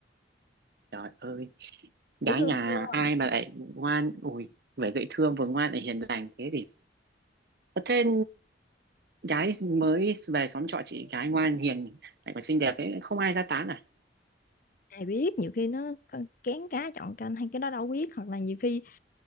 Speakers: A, on the right; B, on the left.
A: Trời ơi, gái
B: dễ thương
A: nhà
B: chưa
A: ai mà lại ngoan, ui, vừa dễ thương vừa ngoan lại hiền lành thế thì. Thế gái mới về xóm trọ chị gái ngoan hiền lại còn xinh đẹp ấy, không ai ra tán à
B: ai biết nhiều khi nó c- kén cá chọn canh hay cái đó đâu biết hoặc là nhiều khi